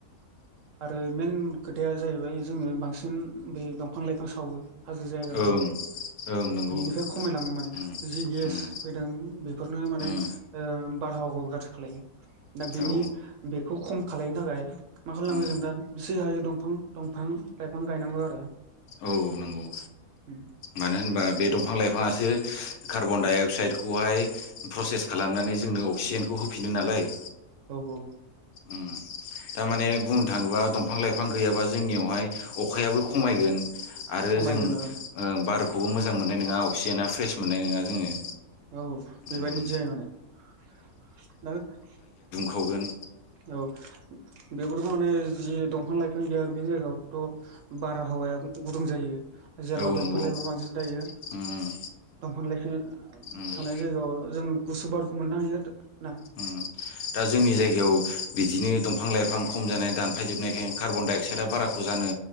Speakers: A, on the right; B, on the left.
A: आरो मेइेन खोथाया जाहैबाय जोङो बांसिन बे दंफां लाइफां सावो हाजो जायगाखौ
B: ओं ओं नंगौ
A: बेनिफ्राय खमायलाङो माने
B: उम
A: जि गेस
B: उम
A: फैदों बेफोरनो माने
B: उम
A: बारहावाखौ गाज्रि खालायो दा बेनि
B: औ
A: बेखौ खम खालनो थाखाय मा खालामनांगो
B: उम
A: जों दा बिसे हायो दंफां दंफां लाइफां गायनांगौ आरो
B: औ नंगौ
A: उम।
B: मानो होनबा बे दंफां लाइफाङासो कार्बन दडाइ अक्साइदखौहाय प्रसेस खालामनानै जोंनो अक्सिजेनखौ होफिनो नालाय
A: औ औ
B: उम थारमाने बुंनो थाङोबा दंफां लाइफां गैयाबा जोंनियावहाय अखायाबो खमायगोन आरो
A: खमायगोन
B: जों ओ
A: औ
B: बार खौखौबो मोजां मोननाय नङा अक्सिजना फ्रेस मोननाय नङा जोङो।
A: औ बेबायदिनो
B: ओम
A: जायो माने <unintelligible>
B: गोन
A: औ बेबोथ' माने जि दंफां लाइफां गैया बे जायगायावथ' बारहावाया गुदुं जायो। जेराव
B: औ नंगौ
A: दंफफोरां लायबो बांसि दंफां
B: ओम
A: लाइफां
B: ओम
A: थानाय जायगायाव जों गुसु बारुखौ मोननो हायो ना?
B: उम दा जोंनि जायगायाव बिदिनो दंफां लाइफां खम जानाय दानफायजोबनायखाय कार्बन दडाइ अक्साइदआ बाराखौ जानो